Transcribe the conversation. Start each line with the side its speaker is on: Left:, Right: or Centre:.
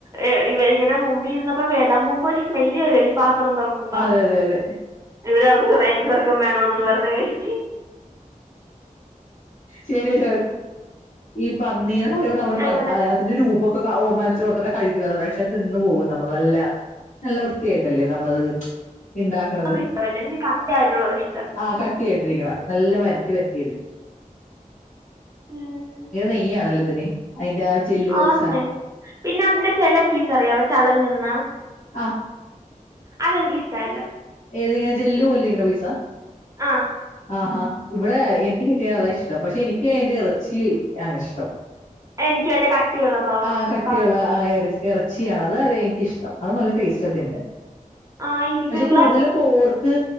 Right: എ ഇവരിങ്ങനെ മുമ്പീര്ന്ന വേളമ്പുമ്പൊ ഒരു സ്മെല് വരുല്ലോ ഈ പാ ത്രം തുറക്ക്മ്പ
Left: അതെ അതെ അതെ
Right: ഇ ഇവർക്കും വേണോന്നും പറഞ്ഞ് കഴിച്ച്
Left: ശരി <inaudible> ഈ പന്നീന പറയുമ്പ നമ്മള്
Right: അങ്ങനെ
Left: അതിന്റെ രൂപം ഓ മനസ്സിൽ ഓർത്തിട്ടാ കഴിക്കല് പക്ഷെ തിന്നു പോകും നമ്മള് നല്ല നല്ല വൃത്തിയായിട്ടല്ലേ നമ്മളത് ഇണ്ടാക്കണത്
Right: അത് ഇഷ്ടമല്ല എനിക്ക് കട്ടിയായിട്ടുള്ളത് ഇഷ്ടം
Left: ആ കട്ടിയായിട്ടിരിക്കണം നല്ല വരട്ടി വരട്ടിവരട്ടിയെടുക്കാം
Right: ഉം
Left: നെയ്യാണല്ലോ ഇതിന് അതിന്റെ ആ ജെല്ല് പോലത്തെ
Right: ആ <inaudible>
Left: സാധനത്തിന്
Right: അതിന്റെ ചില പീസ് അറിയാവ ചളുങ്ങുന്ന
Left: ആ
Right: അതെനിക്കിഷ്ടല്ല
Left: ഏതിങ്ങനെ ജെല്ല് പോലിരിക്കണ പീസ
Right: ആ
Left: ആഹാ ഇവിടെ <unintelligible> അത ഇഷ്ടം പക്ഷെ എനിക്ക് അയിന്റെ ഇറച്ചീ ആണ് ഇഷ്ടം
Right: എനിക്ക് അയിന്റ കട്ടിയുള്ള ഭാവം
Left: ആ കട്ടിയുള്ള
Right: ഭാഗം
Left: ആ ഇറ- ഇറച്ചിയാണ് അത് എനിക്കിഷ്ടം അത് നല്ല ടേസ്റ്റ തിന്നാൻ
Right: ആ ഇതികള്
Left: കൂടുതലും പോർക്ക്